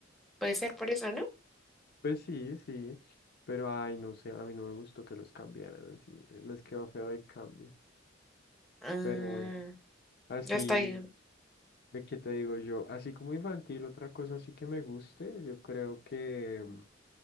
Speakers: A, in the centre; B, on the left (about 55°).
A: puede ser por eso, ¿no?
B: pues sí, sí. Pero ay, no sé, a mí no me gustó que los cambiaran así. Les quedó feo el cambio.
A: Mm,
B: Pero bueno, así.
A: ya está bien.
B: ¿De qué te digo yo? Así como infantil, otra cosa sí que me guste, yo creo que, mm,